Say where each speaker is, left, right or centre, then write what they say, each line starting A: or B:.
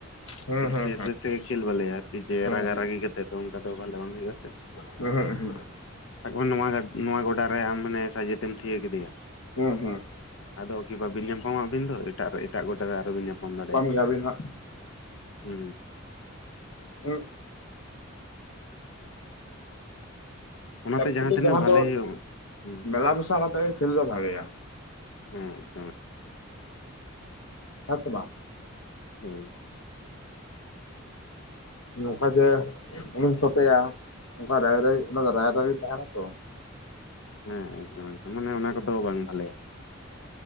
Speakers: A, on the left (about 65°); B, on the left (about 80°).
A: ᱾
B: ᱦᱩᱸ ᱦᱩᱸ
A: ᱵᱮᱥ, ᱵᱮᱥ ᱠᱷᱮᱞ ᱵᱷᱟᱞᱮᱭᱟ ᱟᱨᱠᱤ ᱡᱮ
B: ᱦᱩᱸ
A: ᱨᱟᱜᱟ
B: ᱦᱩᱸ ᱦᱩᱸ
A: ᱨᱟᱜᱤ ᱠᱟᱛᱮᱜ ᱫᱚ ᱚᱱᱠᱟ ᱫᱚ ᱵᱟᱝ ᱦᱳᱭᱳᱜᱼᱟ ᱥᱮ ᱾
B: <unintelligible>
A: ᱥᱟᱵ ᱠᱟᱜ ᱵᱮᱱ ᱱᱚᱣᱟ, ᱱᱚᱣᱟ ᱜᱚᱰᱟ ᱨᱮ ᱟᱢ ᱢᱟᱱᱮ ᱥᱟᱡᱮᱛᱮᱢ ᱛᱷᱤᱭᱟᱹ ᱠᱮᱫᱮᱭᱟ
B: ᱦᱮᱸ ᱦᱩᱸ ᱾
A: ᱟᱫᱚ ᱠᱤ ᱵᱟᱹᱵᱤᱱ ᱧᱟᱯᱟᱢᱚᱜ ᱟᱵᱤᱱ ᱫᱚ, ᱮᱴᱟᱜ ᱮᱴᱟᱜ ᱜᱳᱰᱟ ᱨᱮ ᱟᱨᱚ ᱵᱤᱱ ᱧᱟᱯᱟᱢ ᱫᱟᱲᱮᱭᱟᱜᱼᱟ
B: ᱜᱮᱭᱟᱵᱤᱱ
A: ᱾
B: ᱦᱟᱸᱜ
A: ᱦᱩᱸ ᱾
B: ᱦᱩᱸ
A: ᱚᱱᱟᱛᱮ
B: ᱮᱠᱪᱩᱞᱤ
A: ᱛᱤᱱᱟᱹᱜ
B: ᱡᱟᱦᱟᱸ
A: ᱵᱷᱟᱞᱮ
B: ᱫᱚ
A: ᱦᱩᱭᱩᱜ ᱦᱩᱸ
B: ᱢᱮᱞᱟ ᱢᱮᱥᱟ ᱠᱟᱛᱮᱜᱮ ᱠᱷᱮᱞ ᱫᱚ ᱵᱷᱟᱜᱮᱭᱟ ᱾
A: ᱦᱮᱸ ᱾
B: ᱦᱮᱸ ᱥᱮ ᱵᱟᱝ?
A: ᱦᱳᱭ ᱾
B: ᱱᱚᱝᱠᱟ ᱡᱮ ᱩᱱᱤᱧ ᱪᱚᱴᱮᱭᱟ, ᱚᱝᱠᱟ ᱨᱟᱭ ᱚᱱᱠᱟ ᱨᱟᱭ ᱨᱤᱛ ᱛᱟᱦᱮᱸᱱᱟ ᱛᱚ ᱾
A: ᱦᱮᱸ ᱮᱠᱫᱚᱢ ᱮᱠᱫᱚᱢ ᱢᱟᱱᱮ ᱚᱱᱟ ᱠᱚᱫᱚ ᱵᱟᱝ ᱵᱷᱟᱞᱮᱭᱟ᱾